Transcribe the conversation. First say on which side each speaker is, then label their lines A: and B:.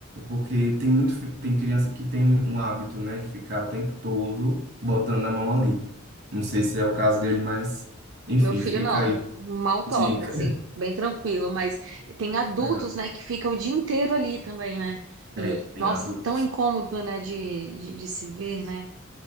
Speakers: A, on the right; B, on the right.
A: Porque tem muito, fi- tem criança que tem um hábito, né, de ficar o tempo todo botando a mão ali. Não sei se é o caso dele, mas, enfim,
B: Meu filho
A: fica
B: não,
A: aí.
B: mal toca,
A: a Dica.
B: assim, bem tranquilo, mas tem adultos,
A: Legal.
B: né, que ficam o dia inteiro ali também, né? E,
A: É, tem
B: nossa,
A: adultos.
B: tão incômodo, né, de, de, de se ver, né?